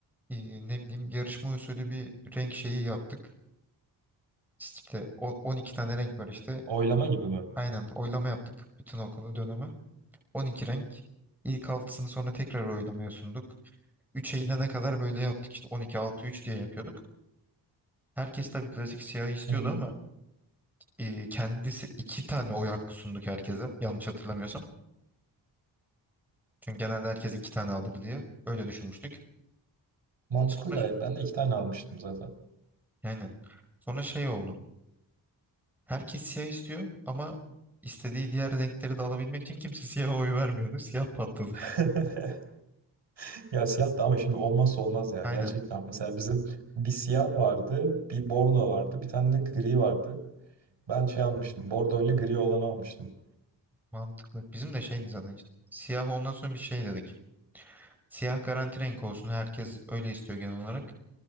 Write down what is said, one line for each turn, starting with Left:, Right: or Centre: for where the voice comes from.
Centre: e, ne bileyim yarışma usulü bir renk şeyi yaptık. İşte o- 12 tane renk var işte.
Right: Oylama gibi mi?
Centre: Aynen oylama yaptık bütün okulu dönemi. 12 renk. İlk altısını sonra tekrar oylamaya sunduk. 3'e inene kadar böyle yaptık işte 12 altı 3 diye yapıyorduk. Herkes tabii klasik siyah istiyordu
Right: Hı hı.
Centre: ama e, kendisi iki tane oy hakkı sunduk herkese yanlış hatırlamıyorsam. Çünkü genelde herkes iki tane alır diye öyle düşünmüştük.
Right: Mantıklı
Centre: Sonra
Right: gayet. Ben de iki tane almıştım zaten.
Centre: yani sonra şey oldu. Herkes siyah istiyor ama istediği diğer renkleri de alabilmek için kimse <laughs> siyaha oy vermiyordu. Siyah patladı.
Right: <laughs> Ya siyah da ama şimdi olmazsa olmaz ya.
Centre: <laughs> Aynen
Right: Gerçekten mesela bizim bir siyah vardı, bir bordo vardı, bir tane de gri vardı. Ben şey almıştım. Bordo ile gri olanı almıştım.
Centre: mantıklı. Bizim de şeydi zaten işte. Siyah ondan sonra bir şey dedik. Siyah garanti renk olsun. Herkes öyle istiyor genel olarak.